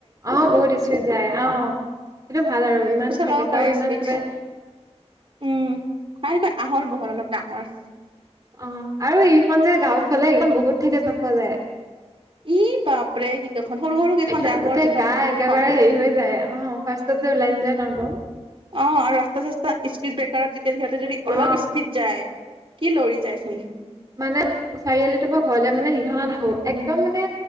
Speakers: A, on the right; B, on the right.
A: অ বহুত চস্পেড যায় অ। সেইটো ভাল আৰু ইমান
B: চলাব
A: থেকেচাওঁ
B: পাৰে
A: ইমান
B: স্পীড
A: একেবাৰে।
B: উম হয় এনেকৈ আহল বহল অলপ ডাঙৰ আছে।
A: অ আৰু এইখন যে গাঁও চলে এইখন বহুত থেকেচা পোৱা যায়।
B: ই বাপৰে কি কেইখন সৰু সৰু কেইখন
A: একদম
B: যে আগৰ
A: গোটেই
B: যে টমটম
A: গা একেবাৰে
B: কেইখন
A: হেৰি হৈ যায় অ ফাৰ্ষত। লাইভ লাই অন্ধ
B: অ আৰু ৰাস্তা সাস্থা স্পীড ব্ৰেকাৰত যেতিয়া সিহঁতে যদি অলপ
A: অ
B: স্পীড যায়। কি লৰি যাইচোন।
A: মানে চাৰিআলি তপ পৰা ঘৰলে মানে সেই ইহনত আহো একদম মানে